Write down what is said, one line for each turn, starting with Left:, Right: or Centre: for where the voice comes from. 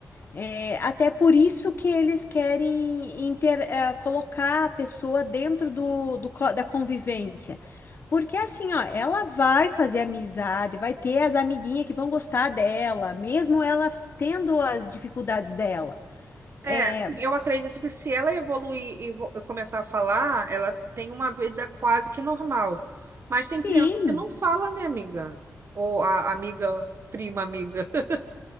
Left: É, até por isso que eles querem inter- eh, colocar a pessoa dentro do, do co- da convivência. Porque assim, ó, ela vai fazer amizade, vai ter as amiguinhas que vão gostar dela, mesmo ela tendo as dificuldades dela.
Right: É,
Left: É,
Right: assim, eu acredito que se ela evoluir e vo- começar a falar, ela tem uma vida quase que normal. Mas
Left: sim,
Right: tem criança que não fala, né, amiga? Ou a amiga, prima amiga. <laughs>